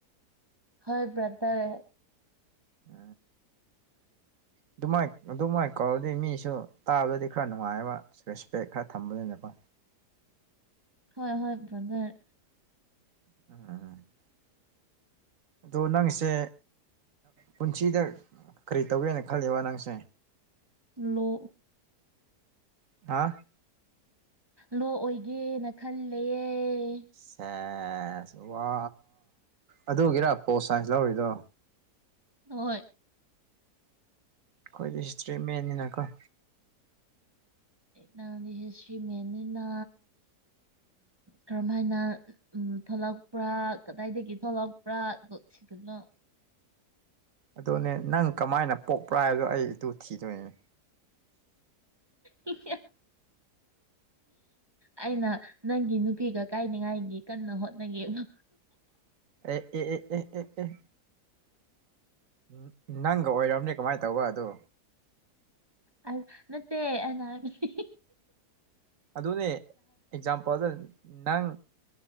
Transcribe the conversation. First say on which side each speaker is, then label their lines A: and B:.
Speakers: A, on the right; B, on the right.
A: ꯍꯣꯏ ꯕ꯭ꯔꯥꯗꯔꯦ
B: ꯑ ꯑꯗꯨꯃꯥꯏꯅ ꯑꯗꯨꯃꯥꯏꯅ ꯀꯧꯗꯤ ꯃꯤꯁꯨ ꯇꯥꯕꯗꯗꯤ ꯈꯔ ꯅꯨꯡꯉꯥꯏꯑꯕ ꯔꯦꯁꯄꯦꯛ ꯈꯔ ꯊꯝꯕꯅꯤꯅꯀꯣ
A: ꯍꯣꯏ ꯍꯣꯏ ꯟꯗꯔ
B: <inaudible> ꯑꯗꯣ ꯅꯪꯁꯦ ꯄꯨꯟꯁꯤꯗ ꯀꯔꯤ ꯇꯧꯒꯦꯅ ꯈꯜꯜꯂꯤꯕ ꯅꯪꯁꯦ
A: ꯂꯣ
B: ꯍꯥ
A: ꯂꯣ ꯑꯣꯏꯒꯦꯅ ꯈꯜꯂꯦꯌꯦꯦ
B: ꯁꯦꯁ ꯋꯥ ꯑꯗꯨꯒꯤꯔ ꯄꯣꯁ ꯁꯥꯏꯟꯁ ꯂꯧꯔꯤꯗꯣ
A: ꯍꯍꯣꯏ
B: ꯑꯩꯈꯣꯏꯗꯤ ꯍꯤꯁꯇ꯭ꯔꯤ ꯃꯦꯟꯅꯤꯅꯀꯣ
A: ꯅꯪꯗꯤ ꯍꯤꯁꯇ꯭ꯔꯤ ꯃꯅꯤꯅ ꯀꯔꯝ ꯍꯥꯏꯥꯏꯅ ꯎꯝ ꯊꯣꯛꯂꯛꯄ꯭ꯔꯥ ꯀꯗꯥꯏꯗꯒꯤ ꯊꯣꯛꯂꯛꯄ꯭ꯔꯥ ꯁꯤꯗꯅꯣ
B: ꯑꯗꯨꯅꯦ ꯅꯪ ꯀꯃꯥꯏꯅ ꯄꯣꯛꯄ꯭ꯔꯥ ꯍꯥꯏꯗꯣ ꯑꯩ ꯑꯗꯨ ꯊꯤꯗꯣꯏꯅꯦ
A: ꯏ ꯑꯩꯅ ꯅꯪꯒꯤ ꯅꯨꯄꯤꯒ ꯀꯥꯏꯅꯤꯉꯥꯏꯒꯤ ꯀꯟꯅ ꯍꯣꯠꯅꯉ
B: ꯑꯦ ꯑꯦ ꯑꯦ ꯑꯦ ꯑꯦ ꯑꯦ ꯎ ꯅꯪꯒ ꯑꯣꯏꯔꯕꯅꯦ ꯀꯃꯥꯏꯅ ꯇꯧꯕ ꯑꯗꯣ
A: ꯑꯜ ꯃꯦ ꯑꯅꯥꯁꯤ
B: ꯑꯗꯨꯅꯦ ꯑꯦꯛꯖꯥꯝꯄꯜꯗ ꯅꯪ